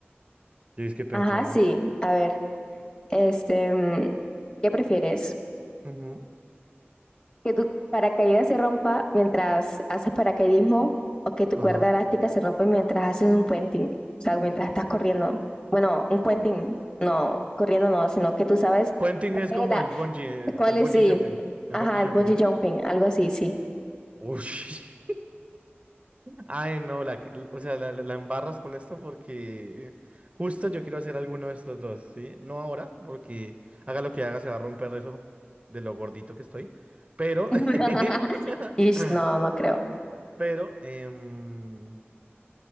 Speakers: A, on the right; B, on the left.
A: Yo es que pensando.
B: Ajá, sí. A ver, este, mm, ¿qué prefieres?
A: Ujú.
B: ¿Que tu paracaídas se rompa mientras haces paracaidismo o que tu
A: Ajá.
B: cuerda elástica se rompa mientras haces un puenting? O sea, mientras estás corriendo. Bueno, un puenting, no, corriendo no, sino que tú sabes
A: Puenting
B: cuál
A: es como
B: es la-
A: el bungee,
B: cuál
A: el
B: es,
A: bungee
B: sí.
A: jumping. El
B: Ajá,
A: bungee
B: el
A: jumping,
B: bungee
A: ¿no?
B: jumping, algo así, sí.
A: Ush. <laughs> Ay, no, la, que- o sea, la, la- la embarras con esto porque justo yo quiero hacer alguno de estos dos, ¿sí? No ahora, porque haga lo que haga, se va a romper eso de lo gordito que estoy. Pero,
B: <laughs>
A: <laughs>
B: Ish, no, no creo.
A: pero, em,